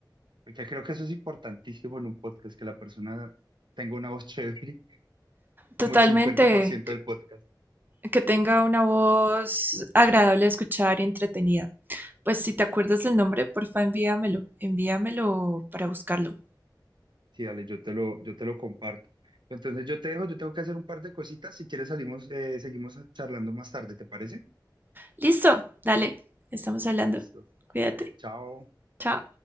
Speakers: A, on the right; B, on the right.
A: porque creo que eso es importantísimo en un podcast, que la persona tenga una voz chévere, <laughs>
B: Totalmente.
A: como el 50%
B: Que
A: del podcast.
B: que tenga una voz agradable de escuchar y entretenida. Pues si te acuerdas del nombre, porfa, envíamelo. Envíamelo para buscarlo.
A: Sí, dale, yo te lo, yo te lo comparto. Entonces yo te dejo, yo tengo que hacer un par de cositas, si quieres salimos, eh, seguimos charlando más tarde, ¿te parece?
B: Listo, dale. Estamos hablando.
A: Listo.
B: Cuídate.
A: Dale, chao.
B: Chao.